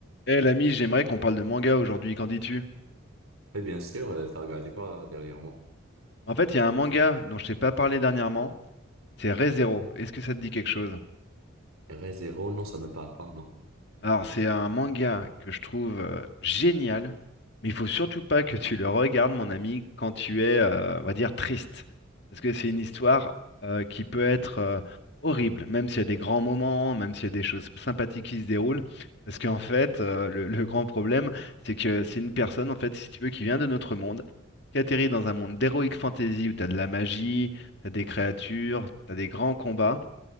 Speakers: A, on the left; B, on the right.
A: Eh l'ami, j'aimerais qu'on parle de manga aujourd'hui, qu'en dis-tu?
B: Oui, bien sûr, euh, t'as regardé quoi là, dernièrement?
A: En fait, il y a un manga dont je t'ai pas parlé dernièrement, c'est Re:Zero. Est-ce que ça te dit quelque chose?
B: RE0, non, ça me parle pas, non.
A: Alors, c'est un manga que je trouve euh, génial, mais il faut surtout pas que tu le regardes, mon ami, quand tu es, euh, on va dire, triste. Parce que c'est une histoire euh, qui peut être euh, horrible, même s'il y a des grands moments, même s'il y a des choses sympathiques qui se déroulent. Parce qu'en fait, euh, le, le grand problème, c'est que c'est une personne, en fait, si tu veux, qui vient de notre monde, qui atterrit dans un monde d'heroic fantasy où tu as de la magie, tu as des créatures, tu as des grands combats.